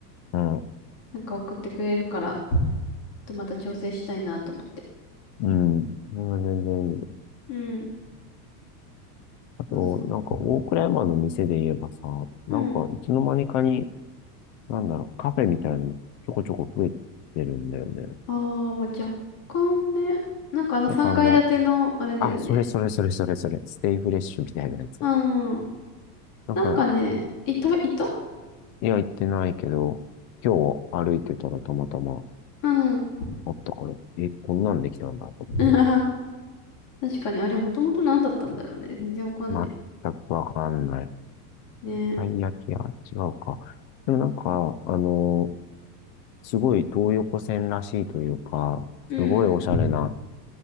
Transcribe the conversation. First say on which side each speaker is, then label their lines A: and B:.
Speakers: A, on the left (about 35°); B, on the left (about 50°).
A: うん。
B: なんか送ってくれるから、ちょっとまた調整したいなと思って。
A: うん。それは全然いいよ。
B: うん、
A: あと、
B: そうそ
A: なんか、大倉山の店で言えばさ、
B: う。
A: なんか、
B: うん
A: いつの間にかに、なんだろう、カフェみたいなのちょこちょこ増えてるんだよね。
B: ああ、まあ若干ね。なんかあの3階建ての、
A: なんかあの、
B: あれだよね。
A: あ、それそれそれそれそれ、ステイフレッシュみたいなやつ。
B: うんうん。
A: なんか、
B: なんかね、いた、いた
A: いや、行ってないけど、今日歩いてたらたまたま
B: うん。
A: あったから、え、こんなんできたんだと思っ
B: <laughs> 確かに、あれもともと何だったんだろうね。全然わかんない。
A: て。全くわかんない。
B: ね。
A: たい焼き屋違うか。でもなんか、あの、すごい東横線らしいというか、
B: うん。
A: すごいおしゃれな、